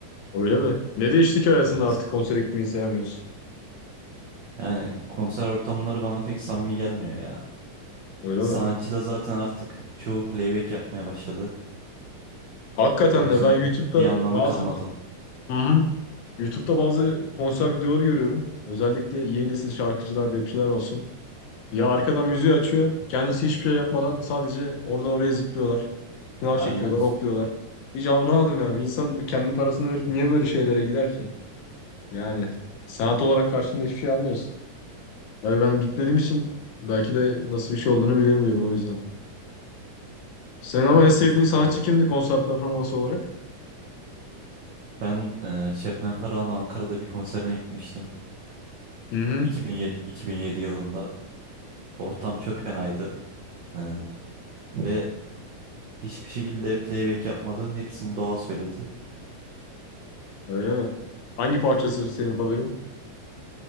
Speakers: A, on the left; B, on the right.
A: Öyle mi? Ne değişti ki hayatında
B: Evet.
A: artık konsere gitmeyi sevmiyorsun?
B: Yani konser ortamları bana pek samimi gelmiyor ya.
A: Öyle
B: Sanatçı
A: mi?
B: da zaten artık çoğu playback yapmaya başladı.
A: Hakikaten
B: O yüzden
A: de ben YouTube'da
B: bir anlamı
A: bazı
B: kalmadı.
A: Hı hı. YouTube'da bazı konser videoları görüyorum. Özellikle yeni nesil şarkıcılar, rapçiler olsun. Ya arkadan müziği açıyor. Kendisi hiçbir şey yapmadan sadece oradan oraya zıplıyorlar. Sınav
B: Aynen.
A: çekiyorlar, hopluyorlar. Hiç anlamadım ya. Bir insan kendi parasını verip niye böyle şeylere gider ki? Yani sanat olarak karşında hiçbir şey almıyorsun. Tabii ben bitmediğim için belki de nasıl bir şey olduğunu bilemiyorum o yüzden. Senin ama
B: Evet,
A: en sevdiğin
B: çok
A: sanatçı
B: doğru.
A: kimdi konser performansı olarak?
B: Ben e, Şebnem Ferah'ın Ankara'da bir konserine gitmiştim.
A: Hı hı.
B: 2007, 2007 yılında. Ortam çok fenaydı. E, ve hiçbir şekilde playback yapmadı. Hepsini doğal söyledi.
A: Öyle mi? Hangi parçası senin favorin?